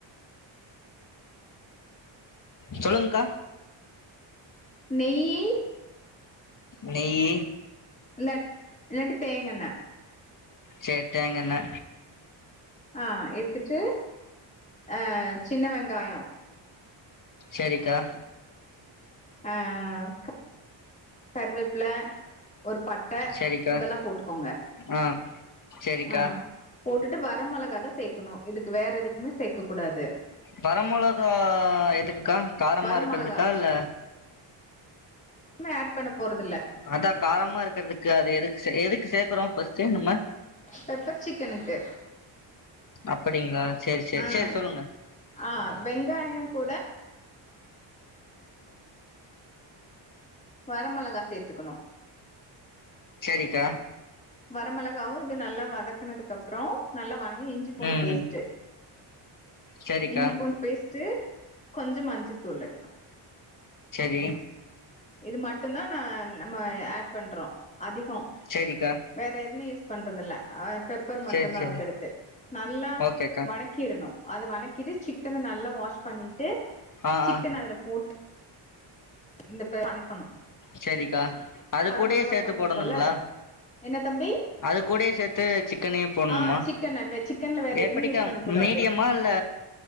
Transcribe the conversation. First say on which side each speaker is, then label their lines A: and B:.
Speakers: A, on the left; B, on the left.
A: சொல்லுங்கா
B: நெய்யி
A: நெய்யி
B: இல்ல இல்லாட்டி தேங்கெண்ண
A: சேர் தேங்கென்ன
B: ஆஹ் எடுத்துட்டு அஹ் சின்ன வெங்காயோ
A: செரிக்கா
B: ஆஹ் க கருவேப்புல ஒரு பட்டை
A: சேரிக்கா
B: இதெல்லா போட்டுக்கோங்க
A: ஆ சேரிக்கா
B: ஆ போட்டுட் டு வர மொளகா தா சேக்குணு இதுக்கு வேற எதுக்குமே சேக்க கூடாது
A: வரமொளகா எதுக்குக்கா காரமா
B: வர
A: இருக்றதுக்கா
B: மொளகா
A: இல்ல
B: மே ஆட் பண்ண போறதுல்ல
A: அதா காரமா இருக்கற்துக்கு அது எதுக்கு எதுக்கு சேக்குறோ ஃபர்ஸ்ட்டு நம்ம
B: பெப்பர் சிக்கனுக்கு
A: அப்படிங்களா சேரி சேரி
B: ம்
A: சேரி சொல்லுங்க
B: ஆ வெங்காயம் கூட வர மளகா சேத்துக்கணும்
A: செரிக்கா
B: வரமிளகாவும் இது நல்லா வதக்கனதுக்கு அப்றோ நல்லா வ இ இஞ்சி பூண்டு
A: ம்
B: பேஸ்ட்டு
A: ம் சேரிக்கா
B: இஞ்சி பூண்டு பேஸ்ட்டு. கொஞ்ச மஞ்ச தூளு
A: ரி
B: இது மட்டு தா நா நம்ம ஆட் பண்றோ அதிகோ
A: சேரிக்கா
B: வேற எதுமே யூஸ் பண்றதுல்ல அவ பெப்பர் மட்டு
A: சேரி
B: தான்
A: சேரி
B: அதுக்கடுத்து நல்லா
A: ஓகேக்கா
B: வணக்கிரனும் அது வணக்கிட்டு சிக்கன ந நல்லா வாஷ் பண்ணிட்டு
A: ஆ
B: சிக்கன்
A: ஆ
B: அதுல போட் இந்த பே வனக்
A: செரிக்கா அது கூடயே
B: மொளகா
A: சேத்து
B: போட்ருக்கோல்ல
A: போடணுங்களா,
B: என்ன தம்பி
A: அது கூடயே சேத்து சி க்கனே போட்னுமா,
B: ஆ சிக்கன வெ சிக்கன்ல வேற எதுவுமே
A: எப்படிக்க
B: யூஸ் பண்ண கூடாது
A: மீடியமா இல்ல